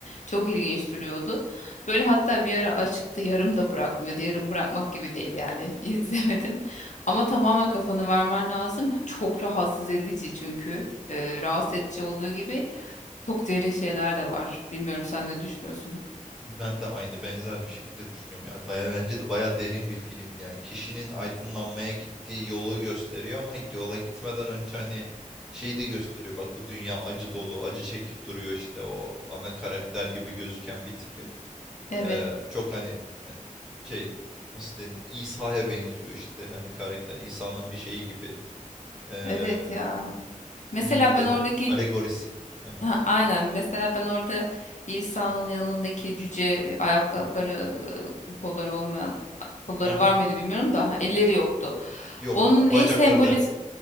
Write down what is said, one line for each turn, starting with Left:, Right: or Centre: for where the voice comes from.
Left: Çok ilginç duruyordu. Böyle hatta bir ara açıktı yarım da bıraktım ya da yarım bırakmak gibi değil yani <laughs> izlemedim. Ama tamamen kafanı vermen lazım. Çok rahatsız edici çünkü e, rahatsız edici olduğu gibi çok derin şeyler de var. Bilmiyorum sen ne düşünüyorsun?
Centre: Ben de aynı benzer bir şekilde düşünüyorum ya. Bayağı bence de bayağı derin bir film yani. Kişinin aydınlanmaya gittiği yolu gösteriyor ama yola gitmeden önce hani şeyi de gösteriyor. Bak bu dünya acı dolu, acı çekip duruyor işte o ana karakter gibi gözüken bir tipi.
Left: Evet,
Centre: Ee, çok hani hani şey nasıl denir? İsa'ya benziyor işte hani karakter İsa'nın bir şeyi gibi. Ee,
Left: evet ya. Mesela
Centre: neyi denir?
Left: ben oradaki
Centre: Alegorisi. Aha,
Left: ha, aynen mesela ben orada İsa'nın yanındaki cüce e, ayakları e, kolları olmayan kolları
Centre: aha.
Left: var mıydı bilmiyorum da ha, elleri yoktu.
Centre: Yok,
Left: Onun neyi
Centre: bacakları
Left: sembolize,
Centre: da yok.